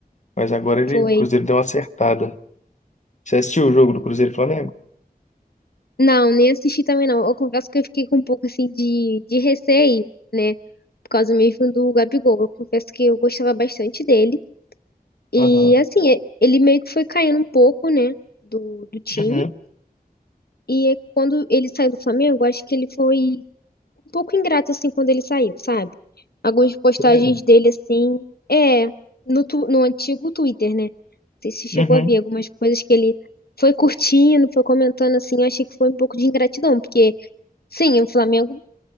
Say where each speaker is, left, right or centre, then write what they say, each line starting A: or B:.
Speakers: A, on the left (about 50°); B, on the left (about 75°).
A: mas agora ele,
B: foi.
A: o Cruzeiro deu uma acertada. Você assistiu o jogo do Cruzeiro e Flamengo?
B: Não, nem assisti também não. Eu confesso que eu fiquei com um pouco assim de, de receio, né? Por causa mesmo do Gabigol. Eu confesso que eu gostava bastante dele. E
A: Aham.
B: assim, é- ele meio que foi caindo um pouco, né? Do, do time.
A: Uhum.
B: E é quando ele saiu do Flamengo, eu acho que ele foi um pouco ingrato, assim, quando ele saiu, sabe? Algumas postagens
A: Sério?
B: dele, assim, é, no, tu- no antigo Twitter, né? Não sei se chegou
A: Uhum.
B: a ver algumas coisas que ele foi curtindo, foi comentando, assim, eu achei que foi um pouco de ingratidão, porque. Sim, o Flamengo